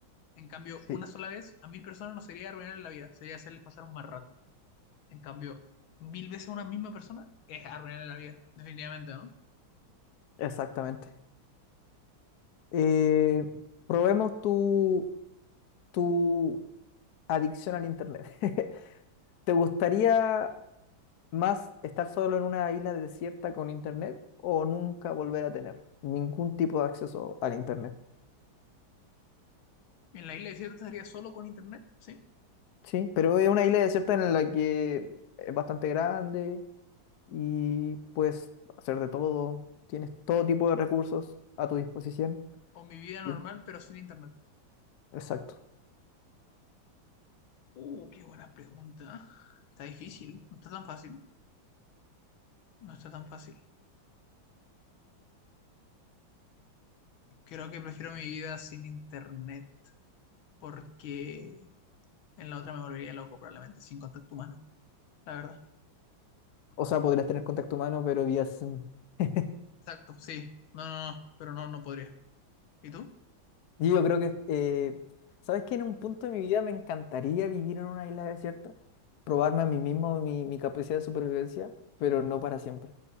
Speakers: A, on the left (about 80°); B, on the left (about 60°).
A: En cambio,
B: Sí,
A: una sola vez a mil personas no sería arruinarle la vida, sería hacerles pasar un mal rato. En cambio, mil veces a una misma persona es arruinarle la vida, definitivamente, ¿no?
B: exactamente. Eh, probemos tu, tu adicción al internet. <laughs> ¿Te gustaría más estar solo en una isla desierta con internet o nunca volver a tener ningún tipo de acceso al internet?
A: En la isla desierta estaría solo con internet, ¿sí?
B: Sí, pero es una isla desierta en la que es bastante grande y puedes hacer de todo, tienes todo tipo de recursos a tu disposición.
A: O mi vida normal,
B: Y-
A: pero sin internet.
B: exacto.
A: Uh, qué buena pregunta. Está difícil, no está tan fácil, no está tan fácil. Creo que prefiero mi vida sin internet porque en la otra me volvería loco probablemente sin contacto humano, la verdad.
B: O sea, podrías tener contacto humano, pero vía Zoom. <laughs>
A: Exacto, sí. No, no, no, pero no, no podría. ¿Y tú?
B: Y yo creo que, eh, ¿sabes qué? En un punto de mi vida me encantaría vivir en una isla desierta, probarme a mí mismo mi, mi capacidad de supervivencia, pero no para siempre.